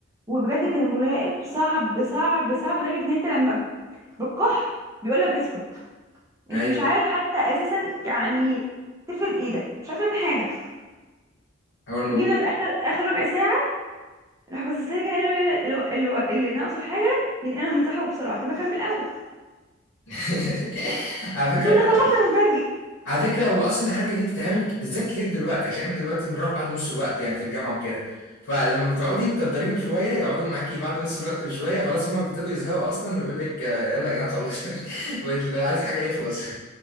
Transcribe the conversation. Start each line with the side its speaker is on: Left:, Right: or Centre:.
Right: وبجد كان المراقب صعب صعب صعب لدرجه ان انت لما بتكح بيقول لك اسكت انت
Left: ايوه
Right: مش عارف حتى اساسا يعني تفرد ايدك مش عارف تعمل حاجه
Left: هو الموضوع
Right: جينا في اخر اخر ربع ساعه راح باصص لي كده قال له يلا- الو- الو- اللي ناقصه حاجه ينقلها من صاحبه بسرعه طب ما اكمل اول
Left: <laughs> على فكره
Right: كنا خلصنا من بدري
Left: على فكرة هو أصلا الحركة دي بتتعمل بالذات كتير دلوقتي عشان احنا دلوقتي بنروح بعد نص الوقت يعني في الجامعة وكده فلما بتقعدي تقدريهم شوية يقعدوا معاكي بعد نص الوقت بشوية خلاص هما بيبتدوا يزهقوا أصلا ويقول لك آه، يلا يا جدعان خلص <laughs> بقيت عايز حاجة يخلص <laughs>